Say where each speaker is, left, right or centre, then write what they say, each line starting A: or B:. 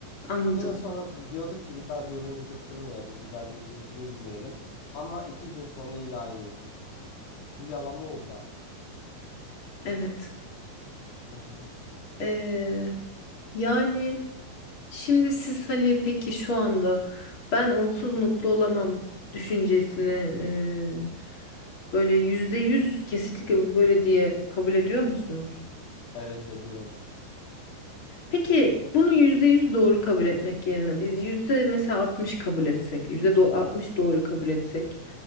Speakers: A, on the left; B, on the left.
A: anladım.
B: Yine sonra bu- diyorduk ki bir daha birbirimizi kırmayalım, bir daha birbirimizi üzmeyelim. Ama iki gün sonra yine aynıydı. Bir yalama oldu artık.
A: Evet.
B: Hı hı.
A: Ee, yani. Şimdi siz hani peki şu anda ben onsuz mutlu olamam düşüncesini e, böyle yüzde yüz kesinlikle bu böyle diye kabul ediyor musunuz?
B: Evet ediyorum.
A: Peki bunu yüzde yüz doğru kabul etmek yerine biz yüzde mesela 60 kabul etsek, yüzde do- 60 doğru kabul etsek,